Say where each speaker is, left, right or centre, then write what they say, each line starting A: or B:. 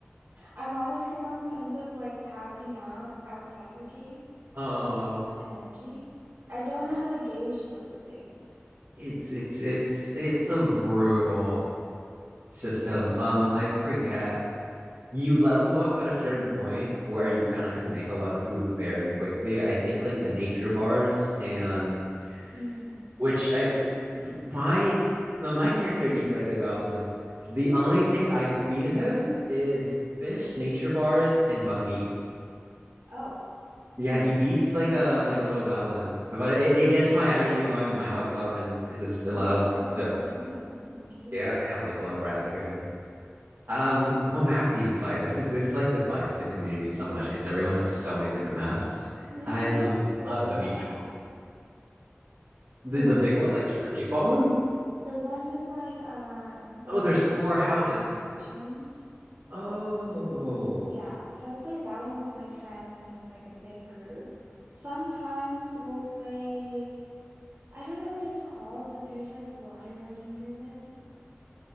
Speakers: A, on the right; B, on the right.
A: I'm always the one who ends up like passing out outside of the cave
B: Oh,
A: because I run out of energy. I don't know how to gauge those things.
B: it's it's it's it's a brutal system. Um, I forget you level up at a certain point where you kind of can make a lot of food very quickly. I think like the nature bars and
A: Mm.
B: which I my my character eats like a goblin. The only thing I'd feed him is fish, nature bars, and bug meat.
A: Oh,
B: Yeah, he eats like a like a little goblin, but it, it gets my energy going and my health up, and it just allows
A: you're like a little
B: me
A: raccoon
B: to.
A: in the caves.
B: Yeah, I am like a little raccoon. Um, what map do you play? This is this like divides the community so much because everyone has so many different maps.
A: We
B: I
A: play
B: Mm. l-
A: the big
B: love the beach
A: one,
B: one. The
A: the one
B: the big
A: with
B: one,
A: like
B: like just the default one.
A: the one with like um there's
B: Oh, there's
A: like just
B: four
A: four
B: houses.
A: big sections.
B: Oh,
A: Yeah, so I play that one with my friends when it's like a big group. Sometimes we'll play I don't know what it's called, but there's like water running through it.